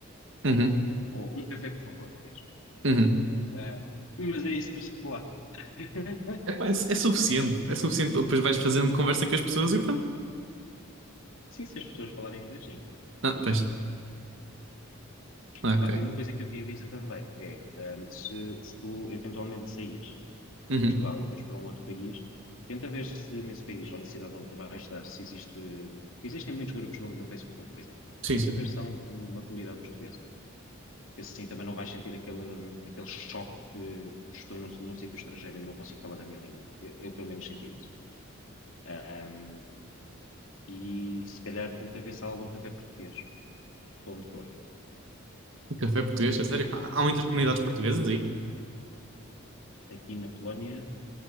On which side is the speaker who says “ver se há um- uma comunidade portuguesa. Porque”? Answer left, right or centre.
Left